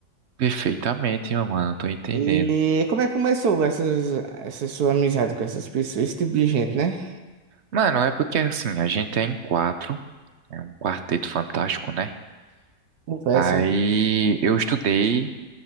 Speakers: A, on the right (about 55°); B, on the right (about 75°).
A: Perfeitamente, meu mano, tô entendendo.
B: E como é que começou essas, essa sua amizade com essas pessoas, esse tipo de gente, né?
A: Mano, é porque assim, a gente é em quatro, é um quarteto fantástico, né?
B: Conversa.
A: Aí eu estudei.